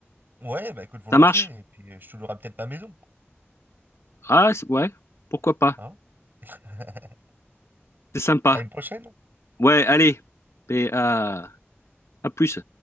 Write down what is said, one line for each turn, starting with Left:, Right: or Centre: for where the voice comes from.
Right: Ouais, bah écoute, volontiers.
Left: Ça marche?
Right: Et puis, euh, je te louerai peut-être ma maison.
Left: Ah, c'est- ouais, pourquoi pas?
Right: Hein? <laughs>
Left: C'est sympa.
Right: À une prochaine.
Left: Ouais, allez, et à à plus.